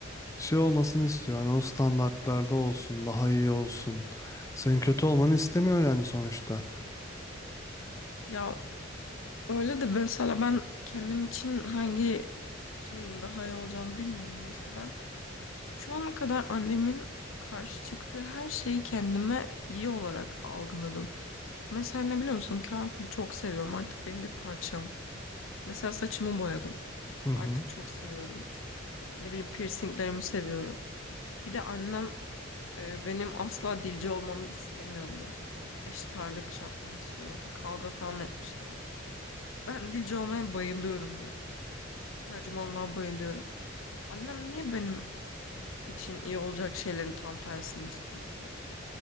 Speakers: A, on the left; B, on the left.
A: şey olmasını istiyor. Hani o standartlarda olsun, daha iyi olsun. Senin kötü olmanı istemiyor yani sonuçta.
B: ya öyle de mesela ben kendim için hangi şeyin daha iyi olacağını bilmiyorum. Mesela ben şu ana kadar annemin karşı çıktığı her şeyi kendime iyi olarak algıladım. Mesela ne biliyor musun? Kakül çok seviyorum. Artık benim bir parçam. Mesela saçımı boyadım.
A: Hı hı.
B: Artık çok seviyorum. Ne bileyim piercinglerimi seviyorum. Bir de annem e, benim asla dilci olmamı istemiyordu. Eşit ağırlık şey yapmamı istiyordu. Hatta kavga falan etmişti ben. Ben dilci olmaya bayılıyorum ya. Tercümanlığa bayılıyorum. Annem niye benim için iyi olacak şeylerin tam tersini istiyor sürekli.